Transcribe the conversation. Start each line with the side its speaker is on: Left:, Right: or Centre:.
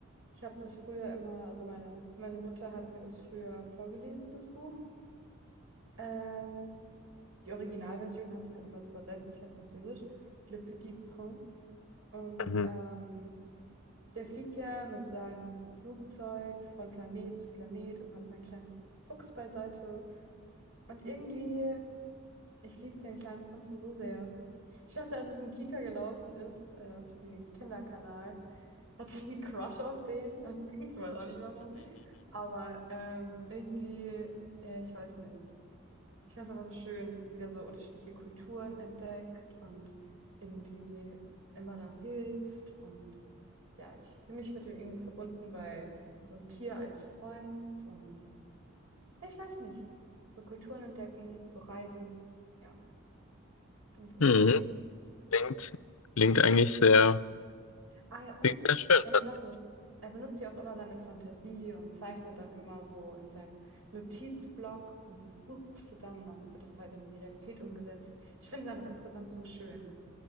Right: Ich habe das früher immer, also meine, meine Mutter hat mir das früher vorgelesen, das Buch. Ähm, die Originalversion hat es halt immer so übersetzt, ist ja französisch. Le Petit Prince. Und
Left: Mhm.
Right: ähm, Der fliegt ja mit seinem Flugzeug von Planet zu Planet und hat seinen kleinen Fuchs beiseite. Und irgendwie, ich liebe den kleinen Prinzen so sehr. Ich dachte, als es in Kika gelaufen ist, äh, auf diesem Kinderkanal, hatte ich einen Crush auf den. Also, <laughs> ich weiß auch nicht warum. Aber ähm, irgendwie, ja, ich weiß nicht. Ich finde es einfach so schön, wieder so unterschiedliche Kulturen entdeckt und irgendwie immer dann hilft und ja, ich fühle mich mit dem irgendwie verbunden, weil so ein Tier als Freund und ja, ich weiß nicht, so Kulturen entdecken, so Reisen, ja, finde ich irgendwie
Left: <laughs>
Right: sehr schön.
Left: Klingt, klingt eigentlich sehr,
Right: Ah ja, und
Left: klingt sehr schön
Right: eine
Left: tatsächlich.
Right: Sache, er benutzt ja auch immer seine Fantasie und zeichnet dann immer so in seinem Notizblock und pustet dann und dann wird es halt in die Realität umgesetzt. Ich finde es einfach insgesamt so schön.